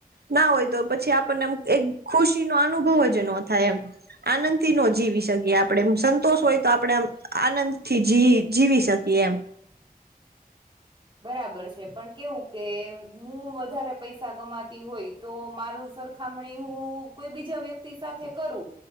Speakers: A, on the right; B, on the right.
A: ના હોય તો પછી આપણને એમ એક ખુશી નો અનુભવ જ ન થાય એમ. આનંદથી ન જીવી શકીએ આપણે એ સંતોષ હોય તો આપણે આનંદથી જી જીવી શકીએ એમ.
B: બરાબર છે પણ કેવું કે હું વધારે પૈસા કમાતી હોય. તો મારું સરખામણી હું કોઈ બીજા વ્યક્તિ સાથે કરું.